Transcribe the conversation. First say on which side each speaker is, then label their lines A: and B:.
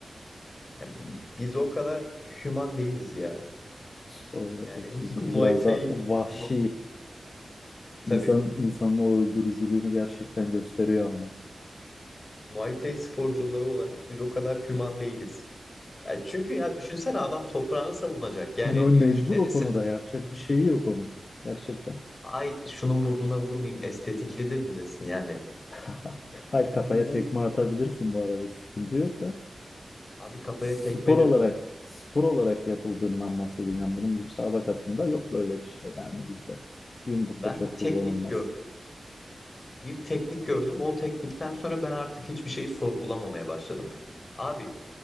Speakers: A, on the left (about 45°); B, on the left (about 60°).
A: Yani biz o kadar hüman değiliz ya.
B: spor olarak.
A: Yani
B: Evet, Sizinki
A: <laughs> Muay
B: biraz
A: Thai
B: da vahşi,
A: mu- tabii.
B: insan insanın o öldürücülüğünü gerçekten gösteriyor ama.
A: Muay Thai sporcuları olarak biz o kadar hüman değiliz. Ya çünkü ya düşünsene adam toprağını savunacak.
B: <laughs>
A: Yani
B: Me- Mecbur
A: ne
B: o
A: desin?
B: konuda yapacak bir şeyi yok onun. Gerçekten.
A: Ay şunun burnuna vurmayayım estetiklidir mi desin yani?
B: <laughs> Hayır kafaya
A: Vur.
B: tekme atabilirsin bu arada sıkıntı yok da.
A: Abi kafaya
B: spor
A: tekme diyorsun.
B: olarak spor olarak yapıldığından bahsediyorum. Yani bunun müsabakasında yok böyle bir şey yani bizde. Yumruk
A: Ben
B: da çok
A: bir teknik
B: kullanılmaz.
A: gördüm. Bir teknik gördüm. O teknikten sonra ben artık hiçbir şeyi sorgulamamaya başladım. Abi